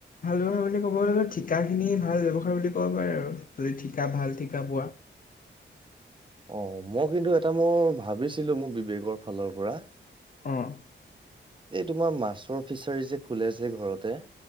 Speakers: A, on the left; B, on the right.
A: ব্যৱসায় বুলি ক'বলৈ গলে ঠিকাখিনি ভাল ব্যৱসায় বুলি ক'ব পাৰে আৰু, যদি ঠিকা ভাল ঠিকা পোৱা।
B: অ' মই কিন্তু এটা মোৰ ভাবিছিলো, মোৰ বিবেকৰ ফালৰ পৰা।
A: অঁ।
B: এই তোমাৰ মাছৰ ফিচাৰী যে খোলে যে ঘৰতে।